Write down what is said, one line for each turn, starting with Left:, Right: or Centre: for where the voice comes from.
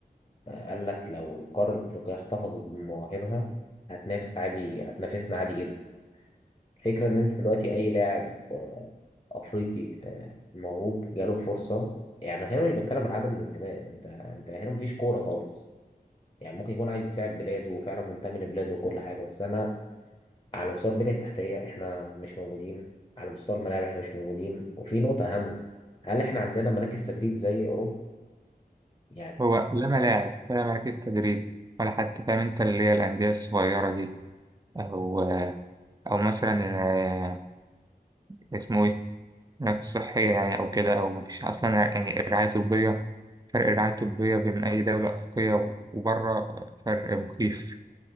Left: قال لك لو القارة الأفريقية احتفظت بمواهبها هتنافس عادي هتنافسنا عادي جدا الفكرة إن أنت دلوقتي أي لاعب آه، أفريقي آه، موهوب جاله فرصة يعني هنا مش بتكلم عن عدم الانتماء أنت أنت هنا مفيش كورة خالص يعني ممكن يكون عايز يساعد بلاده وفعلا منتمي لبلاده وكل حاجة بس أنا على مستوى البنية التحتية إحنا مش موجودين على مستوى الملاعب إحنا مش موجودين وفي نقطة أهم هل إحنا عندنا مراكز تدريب زي أوروبا؟ يعني
Right: هو لا ملاعب ولا مراكز تدريب ولا حتى فاهم أنت اللي هي الأندية الصغيرة دي أو أو مثلا آه، اسمه إيه مراكز صحية يعني أو كده أو مفيش أصلا يعني رعاية طبية فرق الرعاية الطبية بين أي دولة أفريقية وبره فرق مخيف